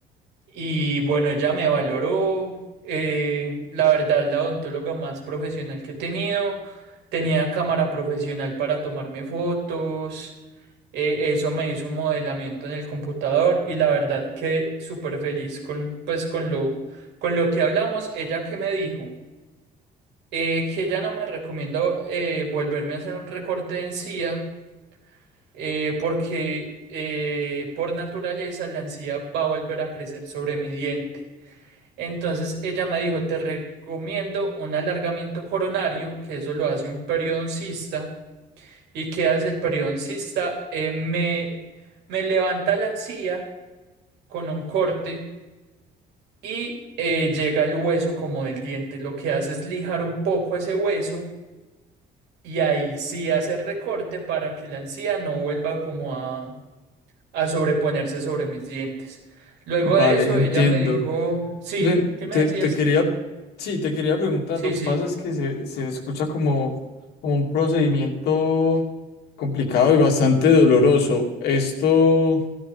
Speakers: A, on the right; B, on the left.
A: y bueno, ella me valoró. eh, la verdad, la odontóloga más profesional que he tenido. Tenía cámara profesional para tomarme fotos. eh, eso me hizo un modelamiento en el computador y la verdad quedé súper feliz con, pues, con lo, con lo que hablamos. Ella que me dijo eh, que ella no me recomienda eh, volverme a hacer un recorte de encía eh, porque eh, por naturaleza la encía va a volver a crecer sobre mi diente. Entonces ella me dijo, te recomiendo un alargamiento coronario, que eso lo hace un periodoncista. ¿Y qué hace el periodoncista? Eh, me, me levanta la encía con un corte y eh, llega al hueso como del diente. Lo que hace es lijar un poco ese hueso y ahí sí hace el recorte para que la encía no vuelva como a a sobreponerse sobre mis dientes. Luego
B: Vale,
A: de eso,
B: entiendo.
A: ella me dijo, sí,
B: Ven,
A: ¿qué me
B: te,
A: decías?
B: te quería, sí, te quería preguntar,
A: Sí,
B: lo
A: sí.
B: que pasa es que se, se escucha como, como un procedimiento complicado y bastante doloroso. ¿Esto